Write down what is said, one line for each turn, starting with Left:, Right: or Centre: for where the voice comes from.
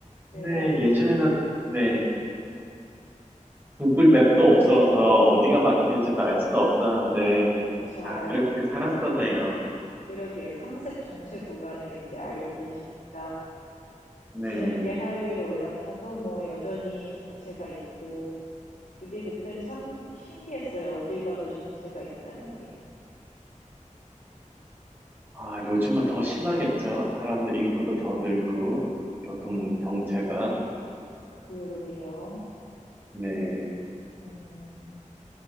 Right: 네.
Left: 그래서
Right: 예전에는, 네. 구글 맵도 없어서 어디가 막히는지도 알 수도 없었는데,
Left: 그쵸.
Right: 다 그렇게 살았었네요.
Left: 그러게요. 상습 정체 구간을 이제 알고 계시니까
Right: 네.
Left: 뒤늦게 하이웨이를 올라타도 뭐 여전히 정체가 있고 그게 그땐 참 신기했어요. 어딜 가도 정체가 있다는 게.
Right: 아, 요즘은 더 심하겠죠. 사람들 인구도 더 늘고, 교통 정체가.
Left: 그러게요.
Right: 네.
Left: 음,